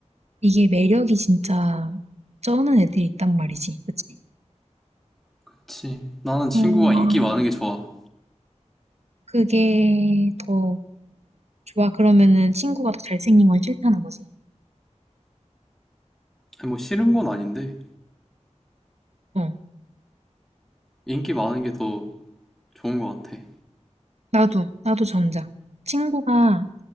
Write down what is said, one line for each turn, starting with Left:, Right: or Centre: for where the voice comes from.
Right: 이게 매력이 진짜 쩌는 애들이 있단 말이지. 그치?
Centre: 그치. 나는 친구가
Right: 음,
Centre: 인기 많은 게 좋아.
Right: 그게 더 좋아. 그러면은 친구가 더 잘생긴 건 싫다는 거지.
Centre: 아니, 뭐 싫은 건 아닌데,
Right: 어,
Centre: 인기 많은 게 더 좋은 것 같아.
Right: 나도, 나도 전자. 친구가